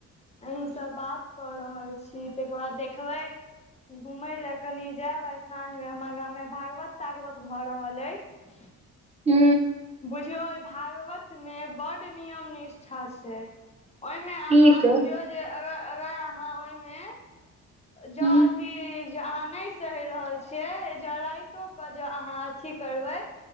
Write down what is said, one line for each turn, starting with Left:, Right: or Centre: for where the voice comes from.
Left: अहीं सब बात कर रहल छी तकर बाद देखबे घूमे ला कनि जायब आ साँझ मे हमरा गाम मे भागवत तागवत भऽ रहल अछि
Right: हू
Left: बुझियौ भागवत मे बड नियम निष्ठा छै ओहि में अहाँ
Right: की सब
Left: बुझियो जे अगर अगर अहाँ ओहि मे जो
Right: हूं
Left: अथी जे अहाँ नहि सहि रहल छियै जे रातो के जे अहाँ अथी करबै